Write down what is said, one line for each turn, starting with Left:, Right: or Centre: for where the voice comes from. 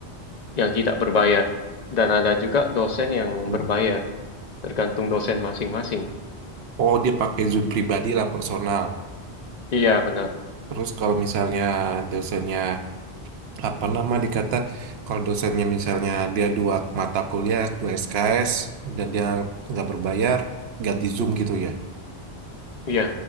Left: yang tidak berbayar, dan ada juga dosen yang
Right: Hmm.
Left: berbayar, tergantung dosen masing-masing.
Right: Oh dia pakai Zoom pribadi lah personal.
Left: Iya benar,
Right: Terus kalau misalnya dosennya apa nama dikata kalau dosennya misalnya dia dua mata kuliah dua SKS dan dia nggak berbayar ganti Zoom gitu ya
Left: iya